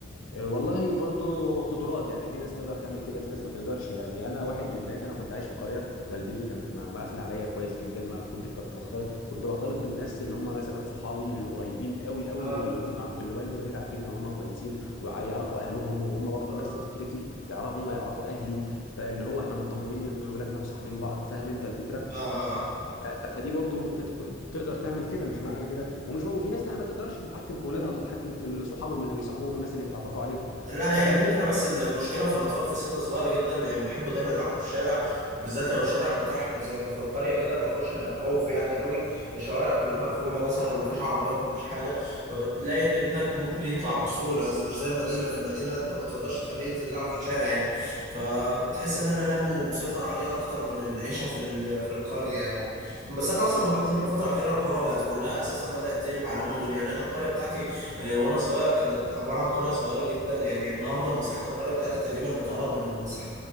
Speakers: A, on the left; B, on the right.
A: آه، والله برضو قدرات يعني في ناس تقدر تعمل كده في ناس ما تقدرش يعني انا واحد من الناس انا كنت عايش في قريه والدتي كانت مع- مقفله عليا كويس جدا ما كنتش بت- بختلط كنت بختلط بالناس اللي هم مثلا صحابي القريبين قوي قوي
B: اه
A: واللي هم واللي والدي ووالدتي عارفين ان هم كويسين ويعرفوا اهلهم وهم برضو
B: اه
A: نفس فكرتي يعرفوا هم يعرفوا اهلي فاللي هو احنا مطمنين ان ولادنا مصاحبين بعض فاهم انت الفكره
B: اه اه, آه.
A: ف- ف- فدي برضو تت- تقدر تعمل كده مش معنى انا كده ومش هو وفي ناس تانية ما تقدرش تتحكم في ولادها وتتحكم في ال- صحابهم اللي بيصاحبوهم والناس اللي بيتعرفوا عليهم
B: لا
A: فهي
B: هي الفكرة بس إن المشكلة في الأطفال في سن صغير جدا يعني بيحبوا دايما يلعبوا في الشارع وبالذات لو الشارع متاح زي ما في القرية كده ما فيهوش خوف يعني قوي الشوارع كلها مقفولة مثلا ما فيش عربيات ما فيش حاجة فبتلاقي إن ابنك ممكن يطلع بسهولة زي- مش زي المدينة في المدينة أنت ما تقدرش تخليه ينزل يلعب في الشارع يعني فبتحس إن أنا لم ومسيطر عليه أكتر من العيشة في ال- في القرية يعني بس أنا أصلا ملاحظ
A: ممكن
B: إن
A: ممكن
B: الفترة الأخيرة القرى بقت كلها أساسا بدأت تقلب على مدن يعني أنا القرية بتاعتي آه، وانا صغير كانت عباره عن قريه صغيره جدا يعني النهارده مساحه القريه بتاعتي تقريبا بتقرب من مساحه